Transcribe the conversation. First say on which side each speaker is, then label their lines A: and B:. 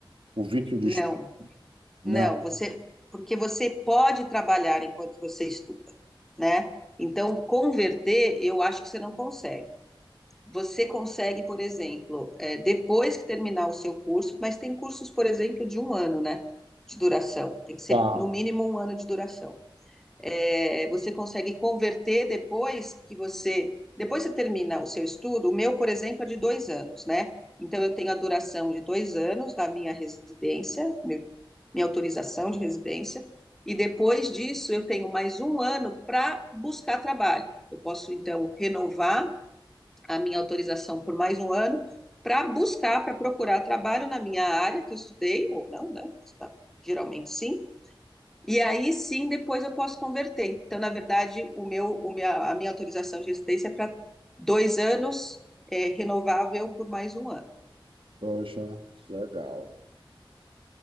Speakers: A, on the right; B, in the centre.
A: O Vitor diz,
B: Não,
A: não,
B: não, você, porque você pode trabalhar enquanto você estuda, né? Então, converter, eu acho que você não consegue. Você consegue, por exemplo, é, depois que terminar o seu curso, mas tem cursos, por exemplo, de um ano, né? De duração. Tem que ser
A: tá,
B: no mínimo um ano de duração. é, você consegue converter depois que você, depois que você termina o seu estudo, o meu, por exemplo, é de dois anos, né? Então, eu tenho a duração de dois anos da minha residência, meu, minha autorização de residência, e depois disso eu tenho mais um ano para buscar trabalho. Eu posso, então, renovar a minha autorização por mais um ano para buscar, para procurar trabalho na minha área que eu estudei, ou não, né? Mas, tá, Geralmente sim, e aí sim, depois eu posso converter. Então, na verdade, o meu, o minha, a minha autorização de residência é para dois anos, é, renovável por mais um ano.
A: poxa, legal.